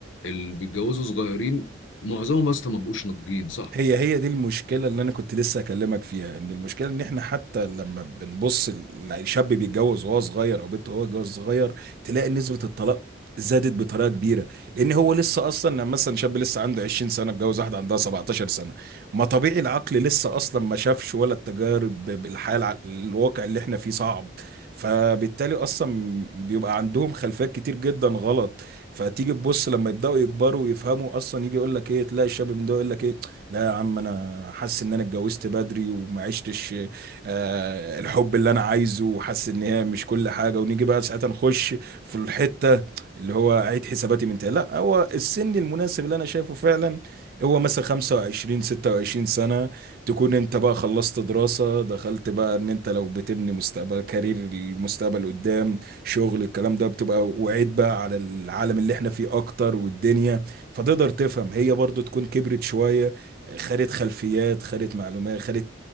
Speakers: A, on the left; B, on the right.
A: اللي بيتجوزوا صغيرين معظمهم اصلا ما بقوش ناضجين صح
B: هي هي دي المشكلة اللي أنا كنت لسه أكلمك فيها إن المشكلة إن إحنا حتى لما بنبص الشاب بيتجوز وهو صغير أو بنت وهو جواز صغير تلاقي نسبة الطلاق زادت بطريقة كبيرة لأن هو لسه أصلا لما مثلا شاب لسه عنده 20 سنة اتجوز واحدة عندها 17 سنة ما طبيعي العقل لسه أصلا ما شافش ولا التجارب بالحياة الع- الواقع اللي إحنا فيه صعب فبالتالي اصلا بيبقى عندهم خلفيات كتير جدا غلط فتيجي تبص لما يبداوا يكبروا ويفهموا اصلا يجي يقول لك ايه تلاقي الشاب من ده يقول لك ايه لا يا عم انا حاسس ان انا اتجوزت بدري وما عشتش آه، الحب اللي انا عايزه وحاسس ان هي مش كل حاجه ونيجي بقى ساعتها نخش في الحته اللي هو اعيد حساباتي من تاني لا هو السن المناسب اللي انا شايفه فعلا هو مثلا 25 26 سنه تكون انت بقى خلصت دراسه دخلت بقى ان انت لو بتبني مستقبل كارير المستقبل قدام شغل الكلام ده بتبقى وعيد بقى على العالم اللي احنا فيه اكتر والدنيا فتقدر تفهم هي برضو تكون كبرت شويه خدت خلفيات خدت معلومات خدت